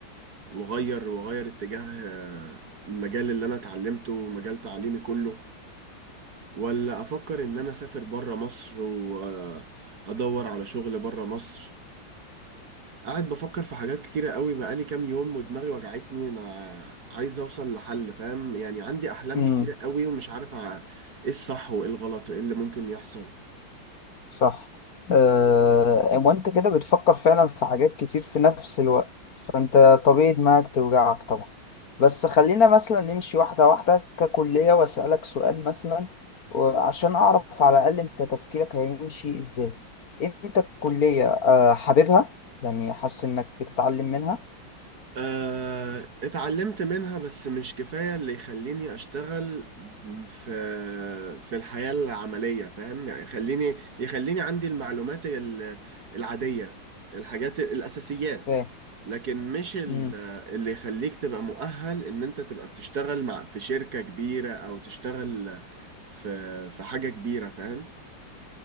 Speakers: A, on the right (about 50°); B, on the left (about 50°).
A: واغير واغير اتجاه آه، المجال اللي انا اتعلمته ومجال تعليمي كله ولا افكر ان انا اسافر بره مصر وادور على شغل بره مصر قاعد بفكر في حاجات كتيرة قوي بقالي كام يوم ودماغي وجعتني انا عايز اوصل لحل فاهم يعني عندي احلام
B: يعني
A: كتيرة قوي ومش عارف ع- ايه الصح وايه الغلط وايه اللي ممكن يحصل
B: صح أه وانت كده بتفكر فعلا في حاجات كتير في نفس الوقت فانت طبيعي دماغك توجعك طبعا بس خلينا مثلا نمشي واحدة واحدة ككلية واسألك سؤال مثلا و- عشان اعرف على الاقل انت تفكيرك هيمشي ازاي انت الكلية أه حاببها يعني حاسس انك بتتعلم منها
A: آه، اتعلمت منها بس مش كفاية اللي يخليني اشتغل في في الحياة العملية فاهم يعني يخليني يخليني عندي المعلومات ال- العادية الحاجات الأساسيات
B: فاهم
A: لكن مش ال-
B: مم.
A: اللي يخليك تبقى مؤهل ان انت تبقى بتشتغل مع في شركة كبيرة او تشتغل في في حاجة كبيرة فاهم